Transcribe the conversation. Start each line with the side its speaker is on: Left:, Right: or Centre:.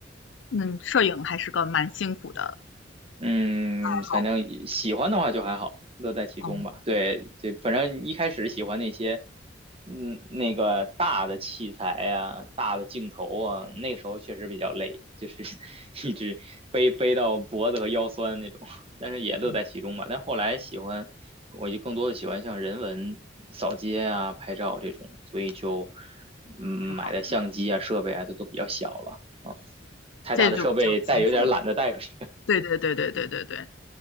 Left: 那摄影还是个蛮辛苦的
Right: 嗯，
Left: 爱好，
Right: 反正喜欢的话就还好，乐在其中吧。
Left: 嗯，
Right: 对，就反正一开始喜欢那些，嗯，那个大的器材呀、大的镜头啊，那时候确实比较累，就是 <laughs> 一直背背到脖子和腰酸那种，但是也乐在其中吧。
Left: 对，
Right: 但后来喜欢，我就更多的喜欢像人文扫街啊、拍照这种，所以就嗯买的相机啊、
Left: 挺好的，
Right: 设备啊都都比较小了啊，太大的设备带有点懒得带出去。
Left: 这就比较轻松。
Right: <laughs>
Left: 对对对对对对对，
Right: 嗯